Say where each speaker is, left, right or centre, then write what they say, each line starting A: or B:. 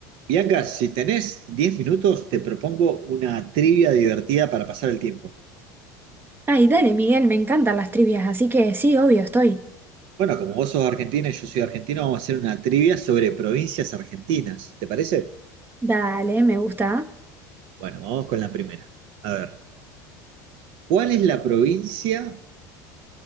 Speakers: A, on the right; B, on the right.
A: Bianca, si tenés 10 minutos, te propongo una trivia divertida para pasar el tiempo.
B: Ay, dale, Miguel, me encantan las trivias, así que sí, obvio, estoy.
A: Bueno, como vos sos argentina y yo soy argentino, vamos a hacer una trivia sobre provincias argentinas. ¿Te parece?
B: Dale, me gusta.
A: Bueno, vamos con la primera. A ver, ¿cuál es la provincia